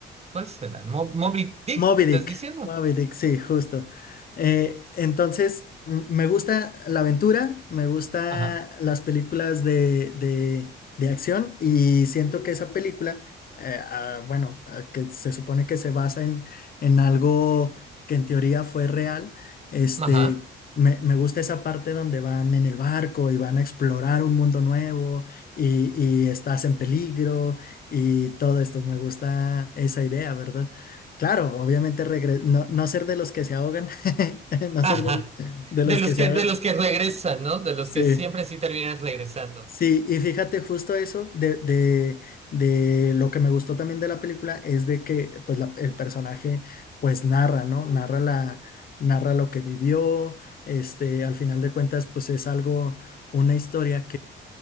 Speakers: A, on the right; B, on the left.
A: ¿Cuál será? ¿Mo- ¿Moby Dick?
B: Moby
A: ¿Estás
B: Dick,
A: diciendo?
B: Moby Dick, sí, justo. Eh, entonces, m- me gusta la aventura, me gusta
A: Ajá,
B: las películas de, de, de acción y siento que esa película, eh, ah, bueno, ah, que se supone que se basa en, en algo que en teoría fue real, este,
A: ajá,
B: me, me gusta esa parte donde van en el barco y van a explorar un mundo nuevo y, y estás en peligro y todo esto, me gusta esa idea, ¿verdad? Claro, obviamente regre- no, no ser de los que se ahogan, <laughs> no
A: ajá.
B: ser de, de
A: De
B: los
A: los
B: que se
A: que,
B: ahogan.
A: de los que regresan, ¿no? De los
B: Sí,
A: que siempre sí terminan regresando.
B: sí, y fíjate justo eso de, de, de lo que me gustó también de la película es de que pues la- el personaje pues narra, ¿no? Narra la, narra lo que vivió, este, al final de cuentas pues es algo, una historia